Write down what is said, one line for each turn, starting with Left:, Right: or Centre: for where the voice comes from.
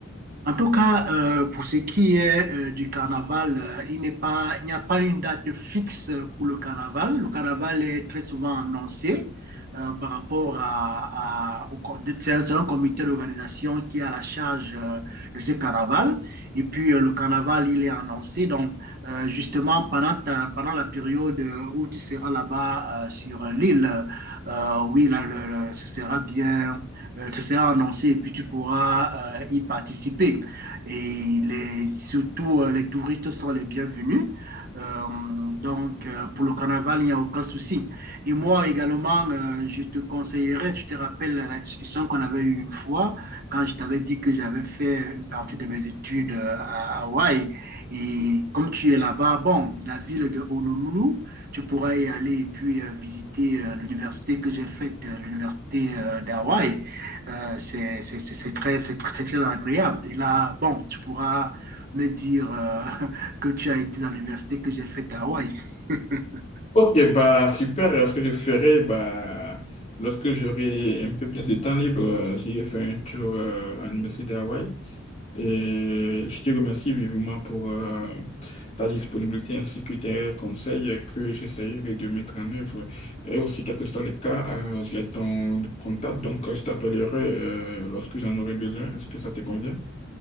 Right: En tout cas, euh, pour ce qui est euh, du carnaval, euh, il n'est pas, il n'y a pas une date fixe pour le carnaval. Le carnaval est très souvent annoncé euh, par rapport à, à- au, c'est un c'est un comité d'organisation qui a la charge euh, de ce carnaval. Et puis, euh, le carnaval, il est annoncé. Donc, euh, justement, pendant, ta- pendant la période où tu seras là-bas euh, sur l'île, euh, oui, là, le- le- ce sera bien euh, ce sera annoncé et puis tu pourras euh, y participer. Et les, surtout, euh, les touristes sont les bienvenus. Euh, donc, euh, pour le carnaval, il n'y a aucun souci. Et moi également, euh, je te conseillerais, tu te rappelles la discussion qu'on avait eue une fois, quand je t'avais dit que j'avais fait une partie de mes études euh, à Hawaï. Et comme tu es là-bas, bon, la ville de Honolulu, tu pourras y aller et puis euh, visiter euh, l'université que j'ai faite, euh, l'université euh, d'Hawaï. Euh, c'est c'est- c'est- c'est très, c'est tr- c'est très agréable. Et là, bon, tu pourras me dire euh, <laughs> que tu as été dans l'université que j'ai faite à Hawaï. <laughs>
Left: Ok, bah super. euh, Ce que je ferai, bah, lorsque j'aurai un peu plus de temps libre, euh, j'irai faire un tour euh, à l'Université d'Hawaï. Et je te remercie vivement pour euh, ta disponibilité ainsi que tes conseils que j'essaierai de mettre en œuvre. Et aussi, quel que soit le cas, euh, j'ai ton contact, donc euh, je t'appellerai euh, lorsque j'en aurai besoin. Est-ce que ça te convient?